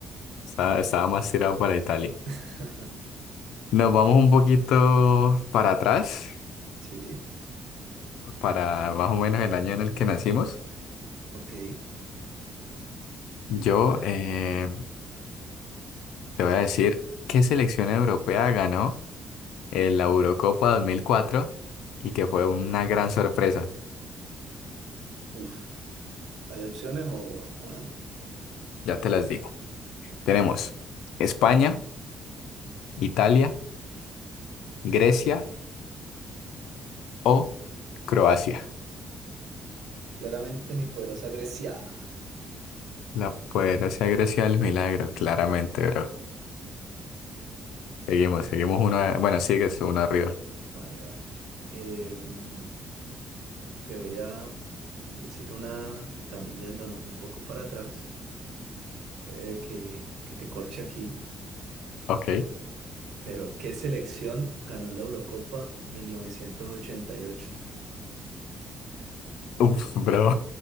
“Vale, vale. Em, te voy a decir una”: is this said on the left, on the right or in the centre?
Right